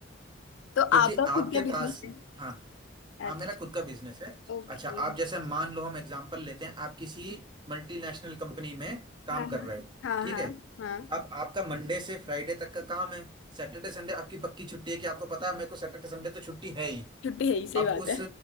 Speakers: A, on the left (about 75°); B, on the right (about 25°).
A: तो
B: क्योंकि
A: आपका
B: आपके
A: खुद का बिजनेस
B: पास
A: है
B: हाँ
A: अच्छा
B: हाँ मेरा खुद का बिजनेस है
A: ओके
B: अच्छा आप जैसे मान लो हम एग्जांपल लेते हैं आप किसी मल्टीनेशनल कंपनी में काम
A: हाँ
B: कर रहे हो
A: हाँ हाँ
B: ठीक
A: हाँ
B: है
A: हाँ
B: अब आपका मंडे से फ्राइडे तक का काम है सैटरडे संडे आपकी पक्की छुट्टी है कि आपको पता है मेरे को सैटरडे संडे तो छुट्टी है ही
A: छुट्टी है ही सही
B: अब
A: बात
B: उस
A: है